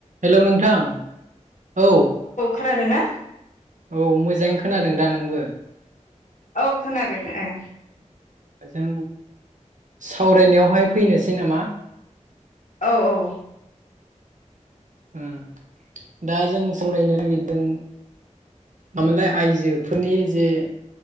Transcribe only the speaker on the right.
हेल' नोंथां, औ।
औ मोजाङै खोनादों दा नोंबो?
जों सावरायनायावहाय फैनोसै नामा?
उम दा जों सावरायनो नागिरदों मामोनलाय आइजोफोरनि जे